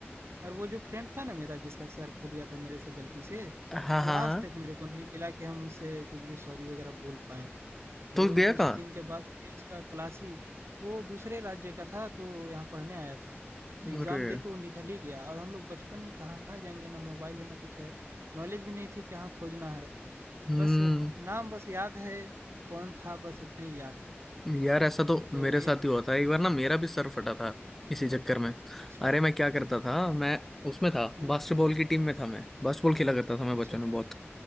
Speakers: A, on the right; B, in the centre.
A: और वो जो फ्रेंड था ना मेरा जिसका सर फूट गया था मेरे से गलती से,
B: हाँ
A: वो
B: हाँ हाँ
A: आज तक मेरे को नहीं मिला कि हम उससे कुछ भी सॉरी वगैरह बोल पाएँ। वो
B: तो गया
A: उस
B: कहाँ
A: दिन के बाद से उसका क्लास ही वो दूसरे राज्य का था तो यहाँ पढ़ने आया था तो एग्ज़ाम
B: अरे
A: दे के वो निकल ही गया और हम लोग बचपन में कहाँ जाएंगे ना मोबाइल है ना कुछ है नॉलेज भी नहीं थी कहाँ खोजना है
B: हम्म
A: बस नाम बस याद है कौन था बस इतना ही याद है
B: यार ऐसा तो
A: तो
B: मेरे
A: ये
B: साथ
A: एक
B: ही
A: ठीक
B: हुआ था
A: बहुत
B: एक बार
A: चीज़
B: ना मेरा
A: है
B: भी सर फटा था इसी चक्कर में
A: अच्छा
B: अरे मैं क्या करता था मैं उसमें था
A: हाँ
B: बास्केटबॉल
A: हाँ
B: की टीम में था मैं बास्केटबॉल खेला करता था मैं
A: अच्छा
B: बच्चों
A: अच्छा
B: ने बहुत